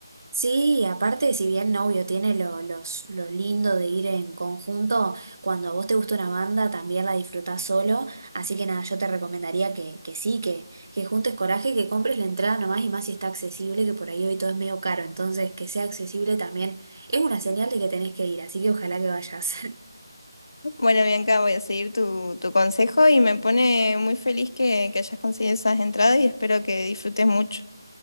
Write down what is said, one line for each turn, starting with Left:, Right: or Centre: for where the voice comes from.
Right: Sí, aparte, si bien novio tiene lo, los, lo lindo de ir en conjunto, cuando a vos te gusta una banda también la disfrutás solo, así que nada, yo te recomendaría que, que sí, que, que juntes coraje, que compres la entrada nomás y más si está accesible, que por ahí hoy todo es medio caro, entonces que sea accesible también es una señal de que tenés que ir, así que ojalá que vayas. <laughs>
Left: Bueno, Bianca, voy a seguir tu, tu consejo y me pone muy feliz que, que hayas conseguido esas entradas y espero que disfrutes mucho.